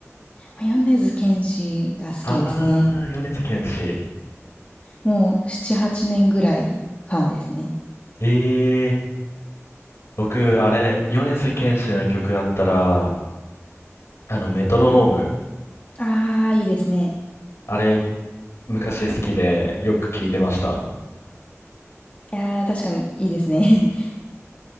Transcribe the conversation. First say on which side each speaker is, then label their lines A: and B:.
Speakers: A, on the left; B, on the left.
A: ま、米津玄師が好きですね。
B: あー、米津玄師。
A: もう7、8年ぐらいファンですね。
B: えー、僕、あれ、米津玄師の曲だったら、あの、メトロノーム。
A: ああ、いいですね。
B: あれ、昔好きでよく聴いてました。
A: いやー、確かにいいですね。<laughs>